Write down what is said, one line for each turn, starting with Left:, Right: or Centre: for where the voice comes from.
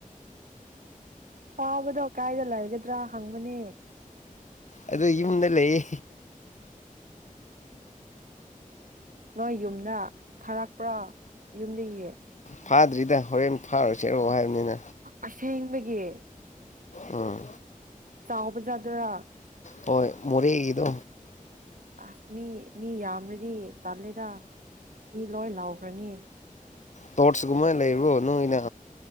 Right: ꯐꯥꯕꯗꯣ ꯀꯥꯏꯗ ꯂꯩꯒꯗ꯭ꯔꯥ ꯍꯪꯕꯅꯦ
Left: ꯑꯗꯣ ꯌꯨꯝꯗ ꯂꯩꯌꯦ
Right: ꯅꯣꯏ ꯌꯨꯝꯅ ꯐꯥꯔꯛꯄ꯭ꯔꯣ ꯌꯨꯝꯗꯒꯤ
Left: ꯐꯥꯗ꯭ꯔꯤꯗ ꯍꯣꯔꯦꯟ ꯐꯥꯔꯨꯁꯦꯔꯣ ꯍꯥꯏꯕꯅꯤꯅ
Right: ꯑꯁꯦꯡꯕꯒꯤ
Left: ꯎꯝ
Right: ꯆꯥꯎꯕ ꯖꯥꯗꯨꯔꯥ
Left: ꯍꯣꯏ ꯃꯣꯔꯦꯒꯤꯗꯣ
Right: ꯑꯁ ꯃꯤ ꯃꯤ ꯌꯥꯝꯔꯗꯤ ꯇꯜꯂꯦꯗ ꯃꯤ ꯂꯣꯏ ꯂꯥꯎꯈ꯭ꯔꯅꯤ
Left: ꯇꯣꯔꯆ ꯒꯨꯝꯕ ꯂꯩꯕ꯭ꯔꯣ ꯅꯣꯏꯅ